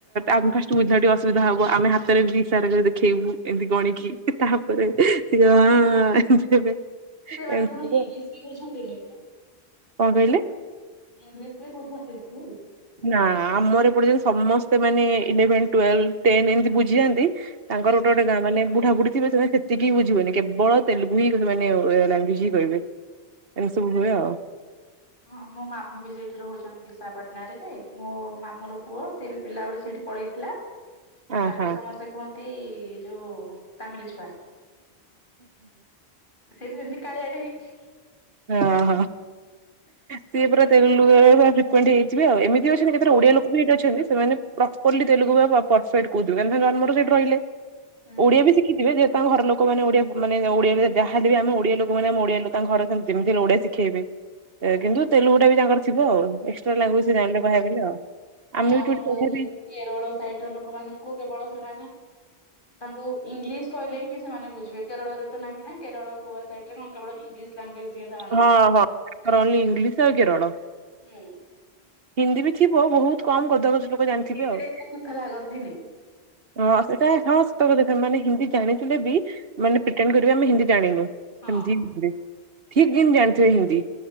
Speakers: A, on the right; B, on the left.
A: ଆମେ ଫାଷ୍ଟ ବୁଝିବା ଅସୁବିଧା ହବ ଆମେ ହାତରେ ବି ଇସାରା କରି ଦେଖେଇବୁ। ଏମତି ଗଣିକି ତାପରେ ସିଏ ହଁ ଏନ୍ତି ହେବେ।
B: ସେମାନେ
A: ଏମିତି
B: କଣ ଇଂଲିଶ
A: ଆଉ।
B: ବି ବୁଝନ୍ତିନି କି?
A: କଣ କହିଲେ?
B: ଇଂଲିଶ ବି ବୁଝନ୍ତିନି କି?
A: ନା ଆମର ଏ ପଟେ ଯେନ୍ତି ସମସ୍ତେ ମାନେ ଇଲେଭେନ ଟ୍ୱେଲ ଟେନ ଏମିତି ବୁଝିଯାଆନ୍ତି ତାଙ୍କର
B: ହଁ
A: ଗୋଟେ ଗୋଟେ ଗାଁ ମାନେ ବୁଢାବୁଢି ଥିବେ ସେତିକି ବୁଝିବନି କେବଳ ତେଲୁଗୁ ହିଁ ମାନେ ଲାଙ୍ଗୁଏଜ ହିଁ କହିବେ ଏମତି ସବୁ ହୁଏ ଆଉ।
B: ହଁ ମୋ ମାମୁଁ ବି ସେଇଠି ରହୁଛନ୍ତି ବିଶାଖାପାଟଣା ରେ ଯେ ମୋ ମାମୁଁ ର ପୁଅ ସେ ବି ପିଲାବେଳୁ ସେଇଠି ପଳେଇଥିଲା
A: ଆହା
B: ତାକୁ ସମସ୍ତେ କୁହନ୍ତି ଯୋଉ ତାମିଲି ଛୁଆ ସେ ଯେମିତି କାଳିଆଟେ ହେଇଛି
A: ହଁ ହଁ ସିଏ ପୁରା ତେଲୁଗୁ <unintelligible> ହେଇଯିବେ ଆଉ ଏମିତି। <unintelligible>
B: ହଁ
A: ଓଡିଆ ଲୋକ ବି ସେଠି ଅଛନ୍ତି ସେମାନେ ପ୍ରପରଲି ତେଲୁଗୁ ବା ପରଫେକ୍ଟ କହୁଥିବେ ଆମର ସେଠି ରହିଲେ।
B: ହୁଁ।
A: ଓଡିଆ ବି ଶିଖିଥିବେ ଯେହେ ତାଙ୍କ ଘର ଲୋକ ଲୋକମାନେ ଓଡିଆ ମାନେ ଓଡିଆ ଯାହାଲେ ବି ଆମେ ଓଡିଆ ଲୋକମାନେ ଆମ ଓଡିଆ ଲୋକ ତାଙ୍କ ଘରେ ସେ ଯେମିତି ହେଲେ ଓଡିଆ ଶିଖେଇବେ କିନ୍ତୁ ତେଲୁଗୁ ଟା ବି ତାଙ୍କର ଥିବ ଆଉ ଏ ଲାଙ୍ଏଜ୍ <unintelligible> କହିଲେ ଆଉ
B: ନେ
A: ଆମେ
B: ଆମର
A: ବି
B: କେରଳ ସାଇଡ ର ଲୋକମାନଙ୍କୁ କେବଳ ସେମାନେ ତାଙ୍କୁ ଇଂଲିଶ କହିଲେ ହିଁ ସେମାନେ ବୁଝିବେ କେରଳ ରେ ତ ନାହିଁ ନା କେରଳ ଗୋଆ ସାଇଡ ରେ କଣ କେବଳ ଇଂଲିଶ ଲାଙ୍ଗୁଏଜ <unintelligible>
A: ହଁ ହଁ ତାର ଓନଲି ଇଂଲିଶ ଆଉ <unintelligible>
B: ହୁଁ।
A: ହିନ୍ଦୀ ବି ଥିବ ବହୁତ କମ ଗଧ ଗଛ ଲୋକ ଜାଣିଥିବେ
B: ହିନ୍ଦୀରେ
A: ଆଉ।
B: ଏତେ କଥା ଲାଗନ୍ତିନି
A: ହଁ ସେଟା ସମସ୍ତ କ ସେମାନେ ହିନ୍ଦୀ ଜାଣିଥିଲେ ବି ମାନେ ପ୍ରିଟେଣ୍ଡ କରିବେ ଆମେ ହିନ୍ଦୀ ଜାଣିନୁ
B: ହଁ
A: ସେମିତି <unintelligible> ଠିକ ଜାଣିିଥିବେ ହିନ୍ଦୀ।